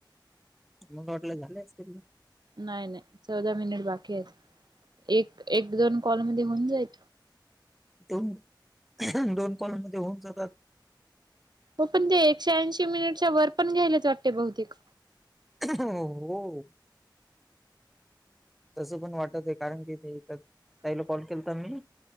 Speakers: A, in the centre; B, on the right.
A: मग वाटलं झाले असतील
B: नाय नाय, चौदा मिनिट बाकी येत, एक- एक, दोन कॉलमध्ये होऊन जाईल.
A: दोन-दोन, कॉलमध्ये होऊन जातात.
B: हो पण, ते एकशे- ऐंशी मिनिटच्या वर, पण घ्यायलाच जाते बहुतेक.
A: हो हो. तसं पण वाटत ये, कारण की ते न ताईला कॉल केलता मी,